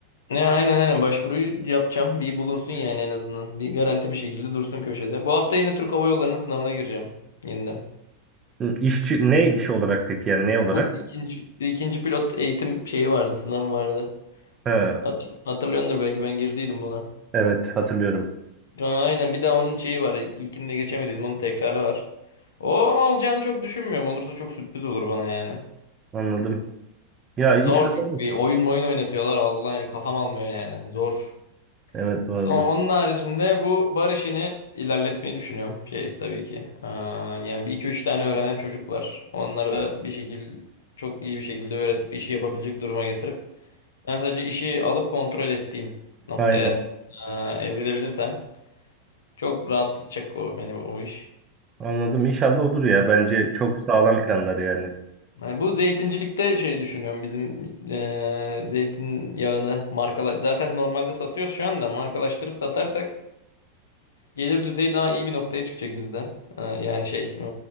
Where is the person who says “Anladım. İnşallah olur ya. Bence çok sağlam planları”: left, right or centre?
Right